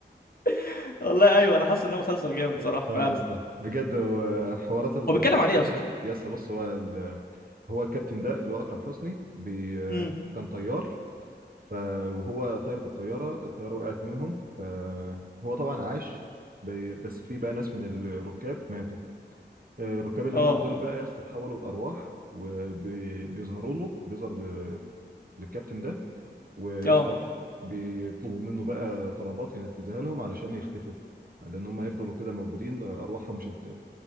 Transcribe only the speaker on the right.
اه
يا اسطى بجد هو حوارات ال-
الواحد
يا اسطى بص هو ال- هو الكابتن ده اللي هو اكرم حسني بي
كان طيار ف وهو طاير بالطيارة الطيارة وقعت منهم فهو طبعا عاش بي- بس في بقى ناس من الركاب ماتوا آه، الركاب اللي
ماتوا دول بقى يا اسطى اتحولوا لأرواح وبيظهروا له بيظهر ل- للكابتن ده ويا
اسطى بيطلبوا منه بقى طلبات ينفذها لهم علشان يختفوا لأن هم هيفضلوا كده موجودين أرواحهم مش هت...